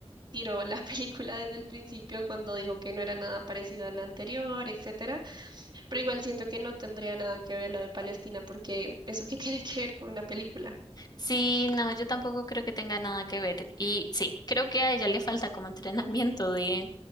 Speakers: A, on the right; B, on the left.
A: tiró la <laughs> película desde el principio cuando dijo que no era nada parecido a la anterior, etcétera, pero igual siento que no tendría nada que ver lo de Palestina porque eso que <laughs> tiene que ver con una película.
B: Sí, no, yo tampoco creo que tenga nada que ver. Y sí, creo que a ella le falta como <laughs> entrenamiento de,